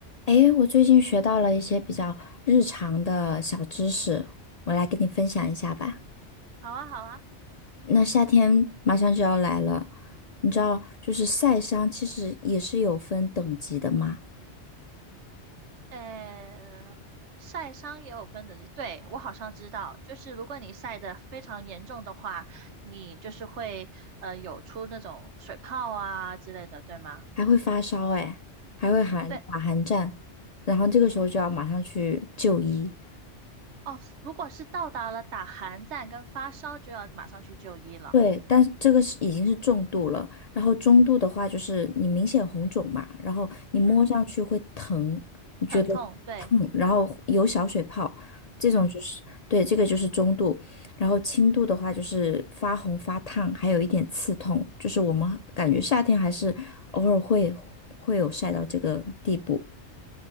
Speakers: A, on the left (about 45°); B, on the right (about 75°).
A: 诶，我最近学到了一些比较日常的小知识，我来跟你分享一下吧。
B: 好啊，好啊，
A: 那夏天马上就要来了，你知道，就是晒伤其实也是有分等级的嘛，
B: 呃，晒伤也有分等级，对，我好像知道，就是如果你晒得非常严重的话，你就是会呃有出那种水泡啊之类的，对吗？
A: 还会发烧诶，还会寒打寒战，
B: 对，
A: 然后这个时候就要马上去就医。
B: 哦，如果是到达了打寒战跟发烧，就要马上去就医了。
A: 对，但是这个是已经是重度了，然后中度的话就是你明显红肿嘛，然后你摸上去会疼，
B: 嗯，
A: 你觉得痛，
B: 疼痛，对，
A: 然后有小水泡，这种就是对，
B: 嗯，
A: 这个就是中度，然后轻度的话就是发红发烫，还有一点刺痛，就是我们感觉夏天还是偶尔会会有晒到这个地步，